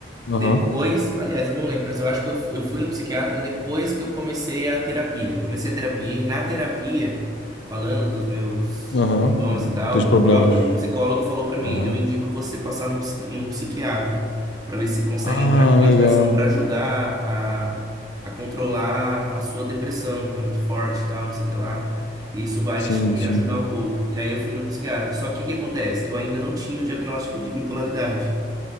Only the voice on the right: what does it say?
Depois, aliás, eu não lembro, mas eu acho que eu fu- eu fui no psiquiatra depois que eu comecei a terapia. Eu comecei a terapia e na terapia, falando dos meus
sintomas e tal,
o próprio psicólogo falou pra mim:
eu indico você passar num, psiqui- num psiquiatra pra ver se consegue
entrar com medicação
pra ajudar a, a controlar a sua depressão, que tá muito forte e tal, não sei o que lá. E isso vai
te
ajudar um pouco. E aí eu fui no psiquiatra. Só que o que acontece? Eu ainda não tinha o diagnóstico de bipolaridade.